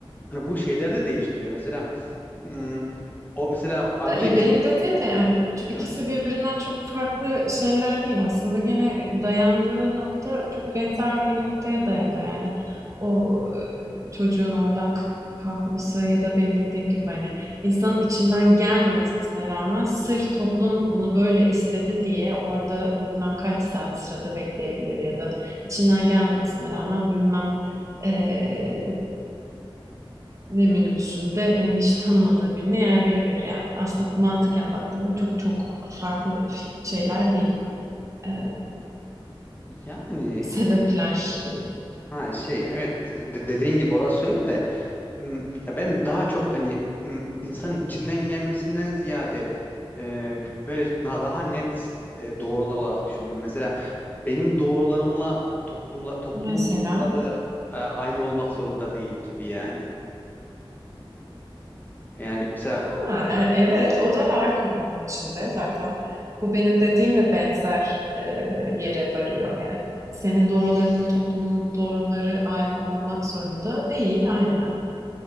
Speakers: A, on the left; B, on the right.
A: Hani bu şeyler de değiştiriyor. Mesela hmm, o mesela amca
B: Da, e, benim dediğim de yani bu
A: hı.
B: ikisi birbirinden çok farklı şeyler değil aslında. Gene dayandığı nokta çok benzer bir noktaya dayanıyor yani. O e, çocuğun oradan kalk- kalkması ya da benim dediğim gibi hani insanın içinden gelmemesine rağmen sırf toplum bunu böyle istedi diye orada bilmem kaç saat sırada bekleyebilir ya da içinden gelmemesine rağmen bilmem e, ne minibüsünde hani hiç tanımadığı birine yer verebilir yani. Aslında mantıken baktığında çok çok farklı şeyler değil. Ee,
A: yani
B: sebepler değil.
A: ha şey evet de- dediğin gibi orası öyle de Hmm, Ya ben daha çok hani hmm, insanın içinden gelmesinden ziyade e, böyle na- daha net e, doğrular olarak düşündüm. Mesela benim doğrularımla toplumla toplumun
B: Mesela
A: doğruları e, aynı olmak zorunda değil gibi yani. Yani mesela
B: ha, e- evet o da var konunun içinde. Zaten bu benim dediğim de benzer e, yere varıyor. Yani senin doğrularınla toplumun doğruları aynı olmak zorunda değil aynen.